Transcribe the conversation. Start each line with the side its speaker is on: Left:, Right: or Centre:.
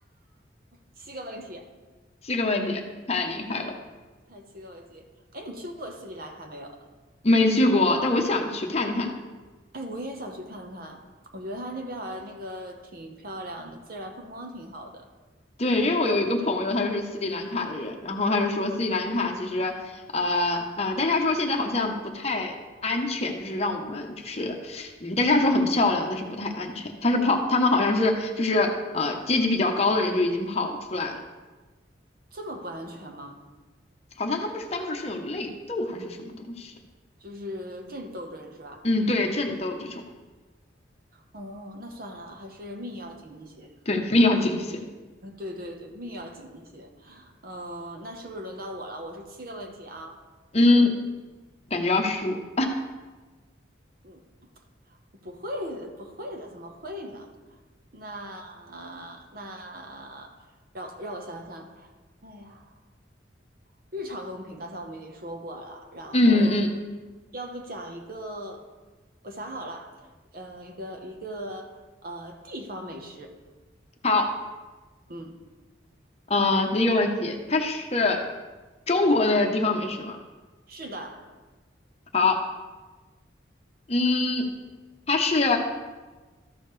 Right: 七个问题，
Left: 这个问题太厉害了，
Right: 它七个问题。哎，你去过斯里兰卡没有？
Left: 没去过，但我想去看看。
Right: 哎，我也想去看看，我觉得它那边好像那个挺漂亮的，自然风光挺好的。
Left: 对，因为我有一个朋友，他就是斯里兰卡的人，然后他就说斯里兰卡其实，呃呃，但是他说现在好像不太安全，就是让我们就是，嗯，但是他说很漂亮，但是不太安全。他是跑，他们好像是就是呃阶级比较高的人就已经跑出来了，
Right: 这么不安全吗？
Left: 好像他们是当时是有内斗还是什么东西，
Right: 就是政治斗争是吧？
Left: 嗯，对，战斗这种，
Right: 哦，那算了，还是命要紧一些。
Left: 对，必要谨慎，
Right: 嗯，对对对，命要紧一些。嗯，那是不是轮到我了？我是七个问题啊。
Left: 嗯，感觉要输，
Right: 嗯，不会不会的，怎么会呢？那那让让我想想，哎呀，日常用品刚才我们已经说过了，然后
Left: 嗯嗯，
Right: 要不讲一个，我想好了，嗯、一个一个呃地方美食，
Left: 好，
Right: 嗯，
Left: 呃，第一个问题，它是中国的地方美食吗？
Right: 是的，
Left: 好。嗯，它是